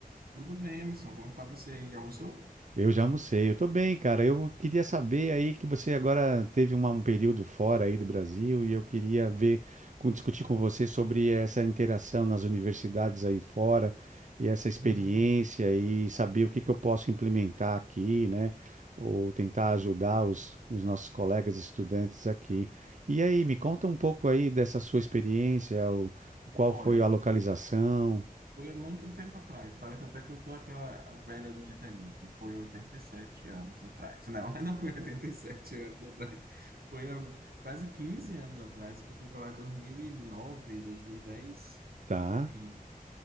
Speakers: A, on the right; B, on the right.
A: Tudo bem, Emerson? Como tá você aí? Já almoçou?
B: Eu já almocei, eu tô bem, cara. Eu queria saber aí que você agora teve uma- um período fora aí do Brasil e eu queria ver, com- discutir com você sobre essa interação nas universidades aí fora e essa experiência
A: Hum,
B: e saber o que que eu posso implementar aqui, né? Ou tentar ajudar os, os nossos colegas estudantes aqui. E aí, me conta um pouco aí dessa sua experiência, o, qual
A: olha,
B: foi a localização,
A: foi há muito tempo atrás. Parece até que eu tô aquela velha do Titanic, que foi 87 anos atrás. Não, <laughs> não foi 87 anos atrás. Foi há quase 15 anos atrás, que eu fui para lá em 2009, 2010.
B: tá?
A: E nove, dois mil e dez. E